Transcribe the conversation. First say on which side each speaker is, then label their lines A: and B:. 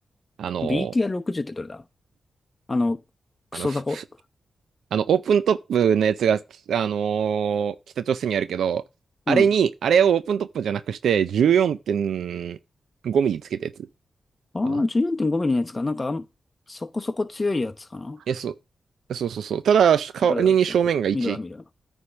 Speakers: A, on the right; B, on the left.
A: あの
B: BTR60 ってどれだあの、クソザコ
A: ーあの、ふふあの、オープントップのやつが、あのー北朝鮮にあるけど、
B: うん。
A: あれに、
B: あ
A: あれをオープントップじゃなくして、14.5ミリつけたやつ
B: あ、
A: かな
B: 14.5ミリのやつか。なんか、あんそこそこ強いやつかな。
A: え、そう。そうそうそう。ただ、代わりに正面が1
B: どれだちょっと待って。見るわ、見るわ。